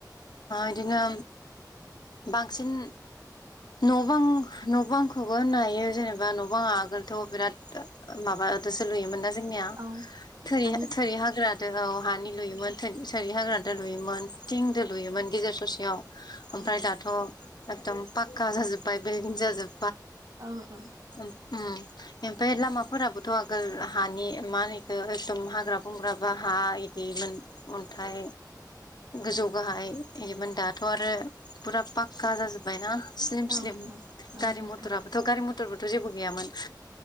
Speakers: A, on the left (about 70°); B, on the right (about 65°).
A: इदिनो बांसिन न' बां न' बांखौबो होननो हायो जेनेबा बा न बांआ आगोलथ' बिराद माबादोसो लुयोमोनना जोंनिया
B: औ
A: थोरि
B: मानि
A: थोरि हाग्रादो औ हानि लुयोमोन। थो थोरि हाग्रादो लुयोमोन थिंदो लुयोमोन गेजेर ससेयाव
B: औ
A: ओमफ्राय दाथ' एकदम पाक्का जाजोब्बाय बिल्डिं जाजोब
B: औ औ।
A: ओम ओमफ्राय लामाफोराबोथ' आगोल हानि मा होनो इखो एकदम हाग्रा बंग्रा बा हा इदिमोन अन्थाइ गोजौ गाहाय इदिमोन दाथ' आरो फुरा पाक्का जाजोब्बायना। स्लिम
B: औ
A: स्लिम
B: औ औ
A: गारि
B: नंगौ
A: मथ'राबोथ' गारि मथर थ' जेबो गैयामोन